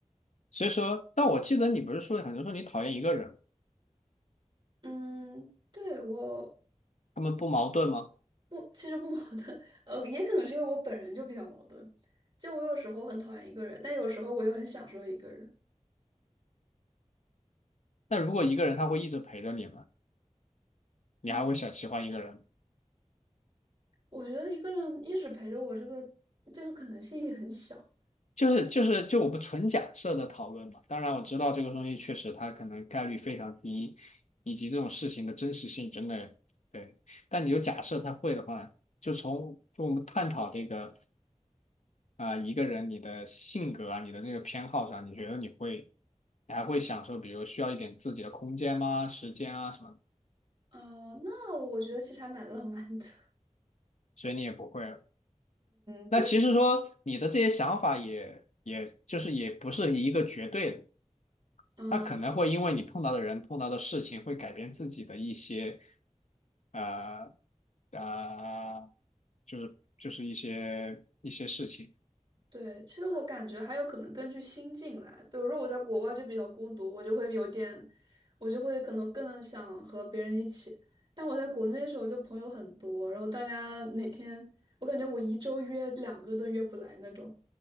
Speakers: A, on the left (about 70°); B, on the right (about 40°).
A: 所以说，但我记得你不是说，很多说你讨厌一个人，
B: 嗯，对，我
A: 他们不矛盾吗？
B: 不，其实不矛盾，<laughs> 呃，也可能是因为我本人就比较矛盾，就我有时候很讨厌一个人，但有时候我又很享受一个人。
A: 那如果一个人他会一直陪着你们，你还会想喜欢一个人吗？
B: 嗯，我觉得一个人一直陪着我，这个这个可能性也很小。
A: 就是就是就我们纯假设的讨论嘛，当然我知道这个东西确实它可能概率非常低，以及这种事情的真实性真的对，但你就假设他会的话，就从就我们探讨这个啊、一个人你的性格啊你的那个偏好上，你觉得你会你还会享受，比如需要一点自己的空间吗？时间啊什么的
B: 呃，那我觉得其实还蛮浪漫的。<laughs>
A: 所以你也不会。
B: 嗯，这
A: 那其实说你的这些想法也也就是也不是一个绝对的。
B: 啊。
A: 他可能会因为你碰到的人、碰到的事情，会改变自己的一些，呃，呃，就是就是一些一些事情。
B: 对，其实我感觉还有可能根据心境来，比如说我在国外就比较孤独，我就会有点，我就会可能更想和别人一起。但我在国内的时候就朋友很多，然后大家每天，我感觉我一周约两个都约不来那种，